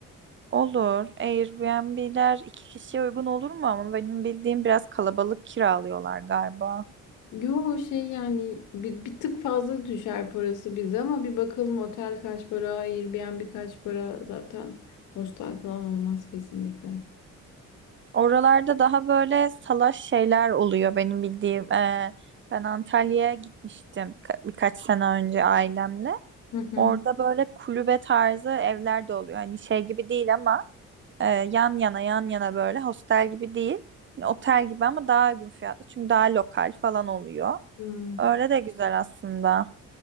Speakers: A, on the right; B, on the left.
A: Olur. Airbnb'ler iki kişiye uygun olur mu ama benim bildiğim biraz kalabalık kiralıyorlar galiba.
B: Yo şey yani bir, bir tık fazla düşer parası bize ama bir bakalım otel kaç para, Airbnb kaç para zaten hostel falan olmaz kesinlikle.
A: Oralarda daha böyle salaş şeyler oluyor benim bildiğim. Ee, ben Antalya'ya gitmiştim ka- birkaç sene önce ailemle.
B: Hı hı.
A: Orada böyle kulübe tarzı evler de oluyor. Hani şey gibi değil ama e, yan yana yan yana böyle hostel gibi değil. Hani otel gibi ama daha uygun fiyatlı. Çünkü daha lokal falan oluyor.
B: Hmm.
A: Öyle de güzel aslında.